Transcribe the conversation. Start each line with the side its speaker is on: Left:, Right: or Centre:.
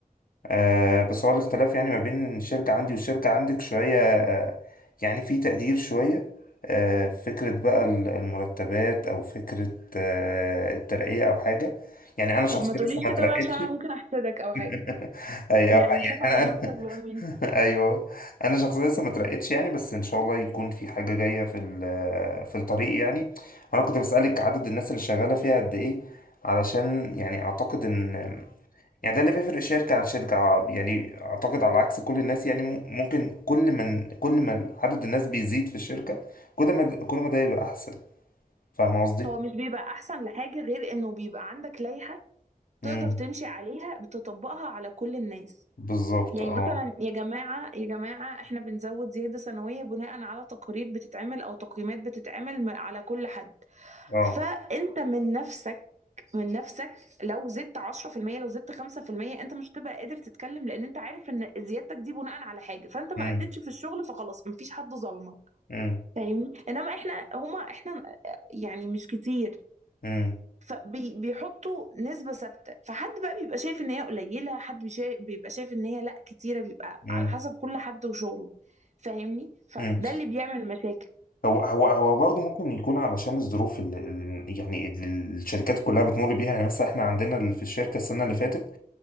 Left: آه بس هو الاختلاف يعني ما بين الشركة عندي والشركة عندك شوية آه يعني في تقدير شوية آه فكرة بقى ال- المرتبات أو فكرة آه الترقية أو حاجة يعني أنا شخصيا
Right: طب ما تقوليش
Left: لسه ما
Right: كده
Left: اترقيتش
Right: بقى عشان انا ممكن احسدك او حاجة
Left: <laughs> أيوه
Right: يعني
Left: يعني
Right: خاف على
Left: أنا أنا
Right: نفسك بقى مني
Left: <laughs> أيوه أنا شخصيا لسه ما اترقيتش يعني بس إن شاء الله يكون في حاجة جاية في ال- في الطريق يعني أنا كنت بسألك عدد الناس اللي شغالة فيها قد إيه علشان يعني أعتقد إن يعني ده اللي بيفرق شركة عن شركة ع- يعني أعتقد على عكس كل الناس يعني مم- ممكن كل من كل ما عدد الناس بيزيد في الشركة كل ما كل ما ده يبقى أحسن فاهم قصدي؟
Right: هو مش بيبقى احسن لحاجة غير انه بيبقى عندك لائحة
Left: امم
Right: تقدر تمشي عليها بتطبقها على كل الناس
Left: بالظبط
Right: يعني
Left: اه
Right: مثلا يا جماعة يا جماعة احنا بنزود زيادة سنوية بناء على تقارير بتتعمل او تقييمات بتتعمل م- على كل حد
Left: اه
Right: فانت من نفسك من نفسك لو زدت 10% لو زدت 5% انت مش هتبقى قادر تتكلم لان انت عارف ان زيادتك دي بناء على حاجه فانت ما
Left: امم
Right: اديتش في الشغل فخلاص مفيش حد ظلمك
Left: امم
Right: فاهمني انما احنا هما احنا يعني مش كتير
Left: امم
Right: فبيحطوا نسبه ثابته فحد بقى بيبقى شايف ان هي قليله حد بيشا- بيبقى شايف ان هي لا كتيره بيبقى
Left: امم
Right: على حسب كل حد وشغله فاهمني فده
Left: امم
Right: اللي بيعمل مشاكل
Left: هو هو هو برضه ممكن يكون علشان الظروف اللي اللي- يعني اللي الشركات كلها بتمر بيها يعني مثلا احنا عندنا في الشركة السنة اللي فاتت